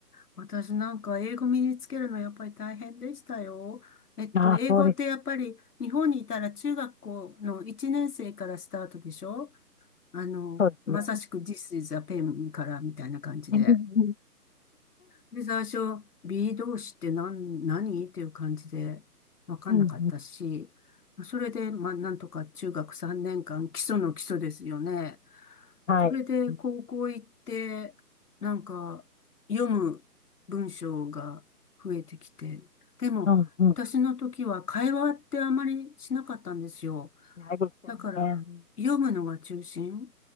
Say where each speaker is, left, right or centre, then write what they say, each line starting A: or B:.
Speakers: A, on the left; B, on the left.
A: 私なんか英語身につけるのやっぱり大変でしたよ。えっと、
B: ああ、
A: 英語ってやっぱり日本にいたら中学校の1年生からスタートでしょ
B: そうです。
A: あの、
B: そうですね。
A: まさしく This is a pen からみたいな感じで。
B: うんうん。
A: で、最初、B 動詞って何、何っていう感じで分かんなかったし、
B: うん
A: それで、まあ、なんとか中学3年間、基礎の基礎ですよね。
B: はい。
A: それで、
B: うん。
A: 高校行って、なんか、読む文章が増えてきて、でも、
B: うん、うん。
A: 私の時は会話ってあまりしなかったんですよ。
B: しないですよね。
A: だから、読むのが中心